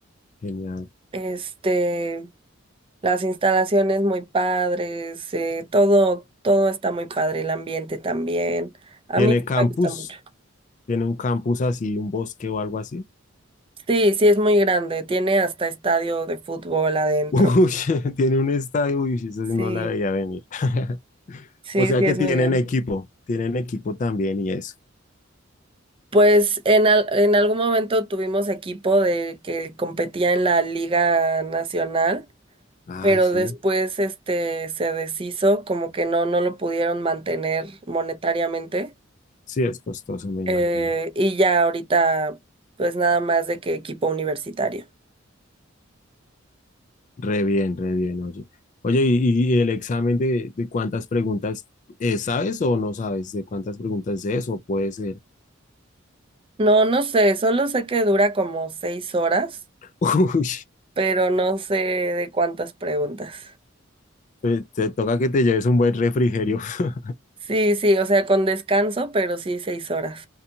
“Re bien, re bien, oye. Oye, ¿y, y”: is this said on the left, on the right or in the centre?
Left